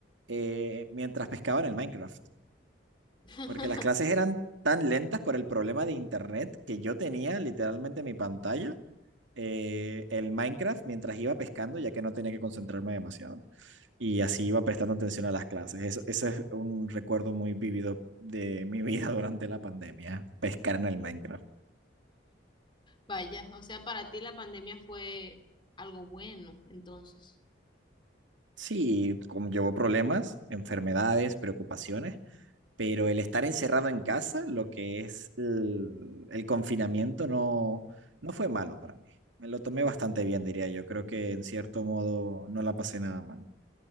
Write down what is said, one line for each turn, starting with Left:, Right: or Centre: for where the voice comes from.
Right: eh, mientras pescaba en el Minecraft,
Left: <laughs>
Right: porque las clases eran tan lentas por el problema de internet que yo tenía literalmente en mi pantalla eh, el Minecraft mientras iba pescando, ya que no tenía que concentrarme demasiado y así iba prestando atención a las clases. Eso, ese es un recuerdo muy vívido de mi vida <laughs> durante la pandemia, pescar en el Minecraft.
Left: Vaya, o sea, para ti la pandemia fue algo bueno, entonces.
Right: Sí, conllevó problemas, enfermedades, preocupaciones, pero el estar encerrado en casa, lo que es el, el confinamiento, no, no fue malo para mí. Me lo tomé bastante bien, diría yo. Creo que en cierto modo no la pasé nada mal.